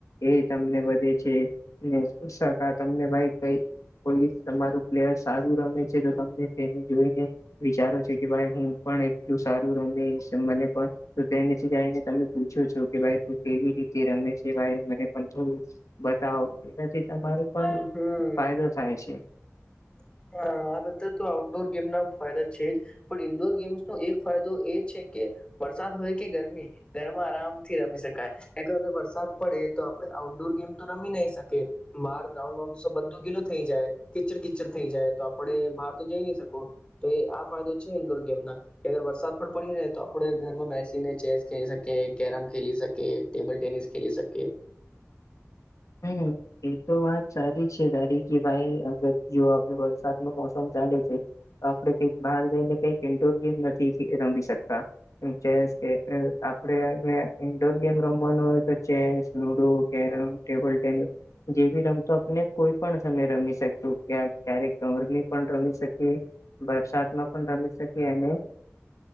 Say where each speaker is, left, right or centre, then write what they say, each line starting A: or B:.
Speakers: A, on the left; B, on the left.
A: એ તમને વધે છે. વસાતા તમને ભાઈ. કંઈ કોઈ તમારું પ્લેયર સારું રમે છે, તો તમને તેને જોઈને. વિચારો છે, કે ભાઈ હું પણ એટલું સારું રમી મને પણ તો તેનેથી જને તમે પૂછો છો, કે ભાઈ તું કેવી રીતે રમે છે, ભાઈ મને પણ થોડું બતાવો, એનાથી તમારો પણ
B: હમ
A: ફાયદો થાય છે.
B: હા, આ બધા તો આઉટડોર ગેમ ના ફાયદા છે જ. પણ ઈન્ડોર ગેમ્સનો એક ફાયદો એ છે કે, વરસાદ હોય કે ગરમી. ઘરમાં આરામથી રમી શકાય. કેક વરસાદ પડે તો આપડે આઉટડોર ગેમ તો રમી નઈ શકીએ. માર ગ્રાઉન્ડઉ તો બધું ગીલો થઈ જાય કીચડ કીચડ થઈ જાય તો આપડે બહાર તો જઈ નહી શકો તો એ આ ફાયદો છે ઇન્ડોર ગેમ ના કે અગર વરસાદ પણ પડી રહે તો આપડે ઘરમાં બેસીને ચેસ ખેલી શકીએ કેરમ ખેલી શકીએ ટેબલ ટેનિસ ખેલી શકીકે
A: હમ એ તો વાત સારી છે દાારી કે ભાઈ અગ જો આપ વરસાદ ન મોસમ ચાલે છે આપડે કઈક બહાર જઈને કઈક ઇન્ડોર ગેમ નથી રમી શકતા ચેસ કે આપડેને ઈન્ડોર ગેમ રમવાનું હોય તો chess ludo carrom table tennis જેવી રમતો આપને કોઈ પણ સમય રમી શકત ક્યાં ક્યારેક ગરમી પણ રમી શકીએ વરસાતમાં પણ રમી શ અને